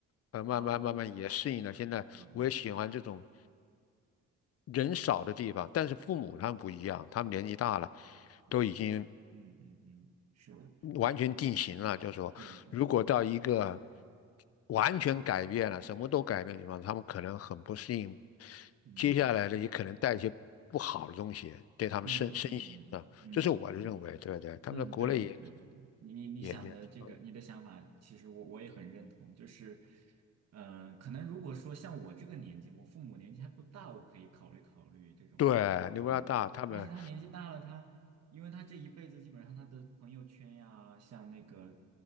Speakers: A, on the left (about 50°); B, on the right (about 55°).
A: 呃，慢慢慢慢也适应了。
B: 哦，
A: 现在我也喜欢这种
B: 哦
A: 人少的地方，但是父母他们不一样，他们年纪大了，
B: 对，
A: 都已经。
B: 嗯嗯嗯，是的，是的，
A: 完全定型了，就说如果到一个
B: 是的，是的，
A: 完全改变了，什么都改变的地方，他们可能很不适应，
B: 嗯
A: 接下来的也可能带一些不好的东西对他们身身心啊，
B: 嗯嗯嗯。
A: 这是我的认为，对不对？他们在国内也
B: 嗯，对对对对，你你你想的这个，
A: 也也挺好的
B: 你的想法，其实我我也很认同。就是，嗯、可能如果说像我这个年纪，我父母年纪还不大，我可以考虑考虑这种，
A: 对，牛加大他们
B: 对。但是他年纪大了，他因为他这一辈子基本上他的朋友圈呀、像那个